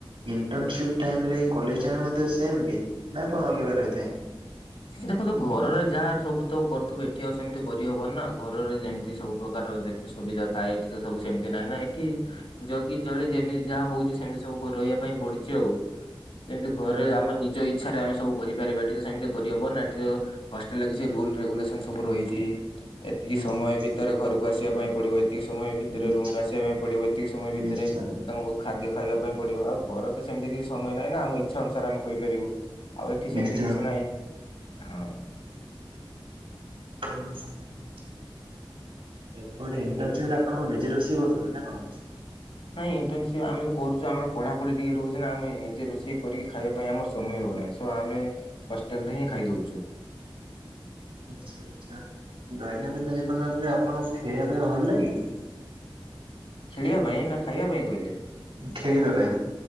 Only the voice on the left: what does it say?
ଦେଖନ୍ତୁ ଘରରେ ଯାହାର ସବୁ ତ କରୁଥିବୁ ଏଠି ଆଉ ସେମିତି କରିହବ ନା ଘରରେ ଯେମିତି ସବୁ ପ୍ରକାର ଏତେ ସୁବିଧା ଥାଏ, ଏଠି ତ ସବୁ ସେମିତି ନାହିଁ ନା, ଏଠି ଜଗି ଚଳି ଯେମିତି ଯାହା ହଉଛି, ସେମିତି ସବୁ ରହିବା ପାଇଁ ପଡୁଛି ଆଉ ଯେମିତି ଘରେ
ଆମ ନିଜ ଇଛାରେ ଆମେ ସବୁ କରିପାରିବା ଏଠି ସେମତି କରିହବନି, ଏଠି ହଷ୍ଟେଲ ର କିଛି ରୁଲ ରେଗୁଲେସନ ସବୁ ରହିଛି, ଏତିକି
ସମୟ
ଭିତରେ ଘରକୁ ଆସିବା ପାଇଁ ପଡିବ। ଏତିକି ସମୟ ଭିତରେ
ରୁମ ଆସିବା ପାଇଁ ପଡିବ, ଏତିକି ସମୟ ଭିତରେ
ତମକୁ ଖାଦ୍ୟ ଖାଇବା ପାଇଁ ପଡିବ ଆଉ ଘର ତ ସେମିତି କିଛି ସମୟ ନାହିଁ ନା ଆମ ଇଚ୍ଛା ଅନୁସାରେ ଆମେ କରିପାରିବୁ ଆଉ ଏଠି
ସେମିତି କିଛି ନାହିଁ। ହଁ।
ନାଇଁ ଇଣ୍ଟେନ୍ ସିପ୍ ଆମେ ଯୋଉ କରୁଛୁ ଆମର ପଢ଼ା ପଢ଼ି ଟିକେ ରହୁଛି ନା ଆମେ ନିଜେ ରୋଷେଇ କରି ଖାଇବା ପାଇଁ ଆମର ସମୟ ହୋଉନାହିଁ ସ୍। ତ ଆମେ ହଷ୍ଟେଲ୍ ରେ ହିଁ ଖାଇଦୋଉଚୁ।
ଖେଳିବା ପାଇଁ ନା ଖାଇବା ପାଇଁ କହିଲେ?